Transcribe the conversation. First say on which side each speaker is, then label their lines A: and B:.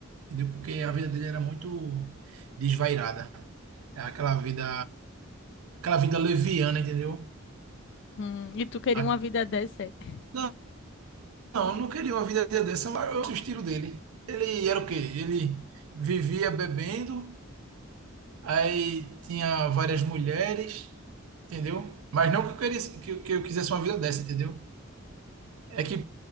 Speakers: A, on the right (about 80°); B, on the left (about 60°).
A: Entendeu? Porque a vida dele era muito desvairada. É aquela vida, aquela vida leviana, entendeu?
B: Hum, e tu queria
A: A-
B: uma vida dessa? <laughs>
A: Não, não, eu não queria uma vida dessa, mas eu- o estilo dele. Ele era o quê? Ele vivia bebendo, aí tinha várias mulheres, entendeu? Mas não que eu queria, que, eu- que eu quisesse uma vida dessa, entendeu? É que